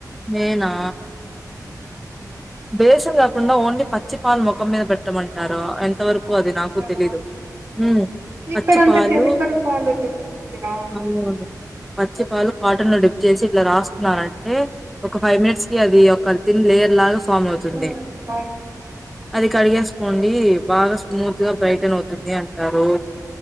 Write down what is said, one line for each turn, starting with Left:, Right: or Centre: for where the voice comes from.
Centre: నేనా బేసన్ కాకుండా ఓన్లీ పచ్చిపాల ముఖం మీద పెట్టమంటారు ఎంతవరకు కు అది నాకు
Right: అవునా
Centre: తెలిదు ఉమ్
Right: ఇక్కడంత
Centre: పచ్చి పాలు
Right: కెమికల్ పాలు దొరుకుతుందిరా హ్మ్
Centre: అవును పచ్చి పాలు కాటన్ ను డిప్పు చేసి ఇట్లా రాస్తున్నారంటే ఒక ఫైవ్ మినిట్స్ కి అది ఒక తిన్ లేయర్ లాగా ఫామ్ అవుతుంది
Right: హ్మ్ అవును
Centre: అది కడిగేసుకోండి బాగా స్మూత్ గా బ్రైటన్ అవుతుంది అంటారు